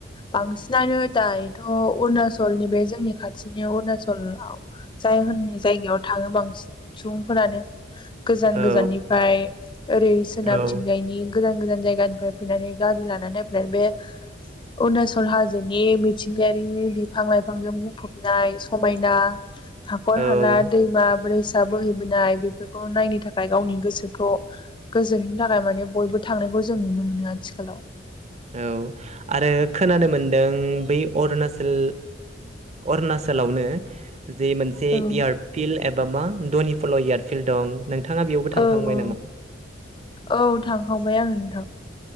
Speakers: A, on the left; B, on the right.
A: बांसिनानो दायोथ' अरुणचलनि बे जोंनि खाथिनि अरुणचलाव जाय होननि जायगायाव थाङो बांसिन सुबुंफोरानो गोजान
B: औ
A: गोजाननिफ्राय ओरै सोनाबथिंजायनि
B: औ
A: गोजान गोजान जायगानिफ्राय फैनानै गारि लाना नायफैनाय बे अरुणचल हाजोनि मिथिंगायारिनि बिफां लाइफांजों बुंफबनाय समायना हाखर
B: औ
A: हाला दैमा बोरैसा बोहैबोनाय बेफोरखौ नायनो थाखाय गावनि गोसोखौ गोजोननि थाखाय माने बयबो थांनायखौ जों नुनो मोनो आथिखालाव ।
B: औ आरो खोनानो मोनदों बे अरुनाचल अरुणाचलावनो जे मोनसे
A: औ
B: एयार्दफिल्ड एबा मा दनिफिलाल एयार्दफिल्ड दं। नोंथाङा बेयावबो थांखांबाय
A: औ औ
B: नामा?
A: औ थांखांबाय आं नोंथां